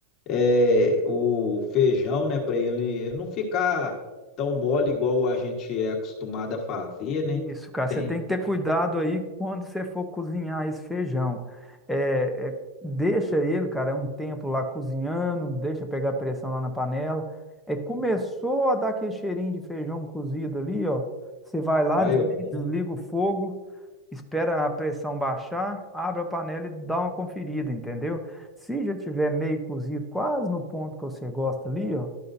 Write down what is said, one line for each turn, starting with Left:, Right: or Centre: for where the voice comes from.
Left: é, o feijão, né, para ele não ficar tão mole igual a gente é acostumado a fazer, né?
Centre: Isso, cara, você
Left: Tem,
Centre: tem que
Left: tem,
Centre: ter cuidado aí quando você for cozinhar esse feijão. É, é, deixa ele, cara, um tempo lá cozinhando, deixa pegar pressão lá na panela. É, começou a dar aquele cheirinho de feijão cozido ali, ó. Você vai lá,
Left: vai
Centre: desliga,
Left: olhando.
Centre: desliga o fogo, espera a pressão baixar, abre a panela e dá uma conferida, entendeu? Se já tiver meio cozido, quase no ponto que você gosta ali, ó, o